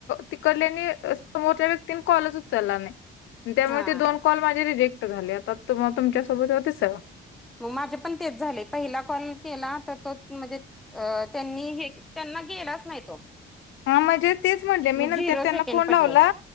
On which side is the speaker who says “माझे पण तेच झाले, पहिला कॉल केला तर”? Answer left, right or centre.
Centre